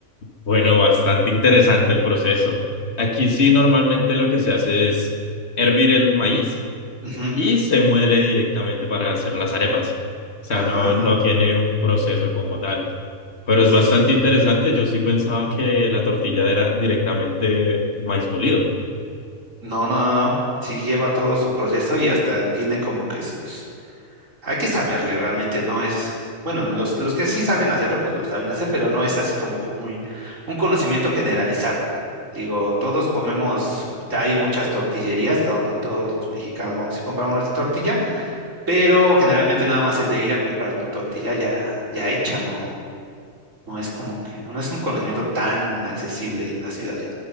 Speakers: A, on the left; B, on the right.
A: bueno, bastante interesante el proceso. Aquí sí normalmente lo que se hace es hervir el maíz.
B: Ujú.
A: y se muele directamente para hacer las arepas. O sea,
B: Ah,
A: no, no tiene un proceso como tal. Pero
B: sí,
A: es bastante
B: sí.
A: interesante. Yo sí pensaba que la tortilla era directamente maíz molido.
B: No, no, no, no. Sí lleva todo su proceso y hasta tiene como que sus Hay que saberle, realmente no es, bueno, los, los que sí saben hacerlo, pues lo saben hacer, pero no es así como que muy, un conocimiento generalizado. Digo, todos comemos, hay muchas tortillerías donde todos los mexicanos vamos y compramos nuestra tortilla, pero generalmente nada más es de ir a comprar tu tortilla ya, ya hecha, no, no es como que, no es un conocimiento tan accesible en las ciudades,